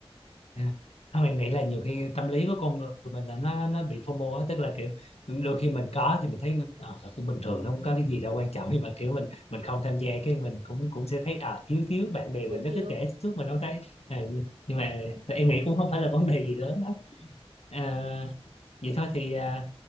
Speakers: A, on the left; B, on the right.
A: À, Không, em nghĩ là nhiều khi tâm lý của con người mình là nó nó bị FOMO á tức là kiểu đôi khi mình có thì mình thấy ờ, nó cũng bình thường nó không có cái gì đâu quan trọng nhưng mà kiểu mình mình không tham gia cái mình cũng cũng sẽ thấy à thiếu thiếu bạn bè
B: thiếu
A: mình nó
B: thiếu
A: cứ kể suốt
B: Ồ,
A: mình không thấy à, nhưng mà em nghĩ cũng không phải là vấn đề gì lớn lắm à, vậy thôi thì à,